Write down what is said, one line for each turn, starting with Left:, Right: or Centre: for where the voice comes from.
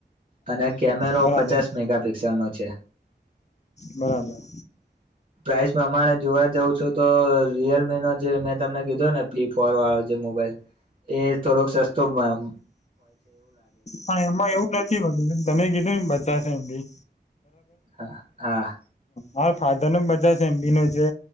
Right: અને કેમેરો
Left: બરાબર
Right: પચાસ મેગાપિક્સેલનોો છે
Left: બરાબર
Right: આસ પ્રમાણે જોવા જઉં છું તો રિયલમી નો જે મેં તમને કીધો ને ફ્લીપોર વાળો છે મોબાઈલ એ થોડોક સસ્ તો મેમ
Left: હા એમાં એવું નથી બતું તમે કીધું ને બચશે એમ બી
Right: હા હા
Left: હ ફાધર ન બચાશે એમ બી ન છે